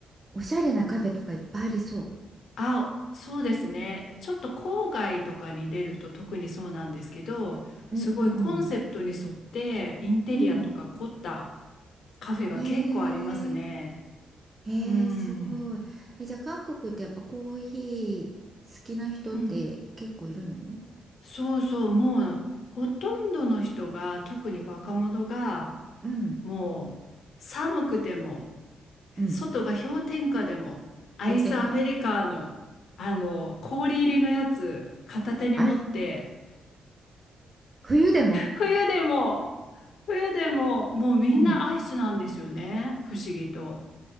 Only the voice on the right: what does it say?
おしゃれなカフェとかいっぱいありそ
う。
うんうんうん。うん。
えーへえ、
すごい。え、じゃあ韓国ってやっぱコーヒー好きな人って結構いるの
うん、
うん。
氷点下。あれ、冬でも。
うん。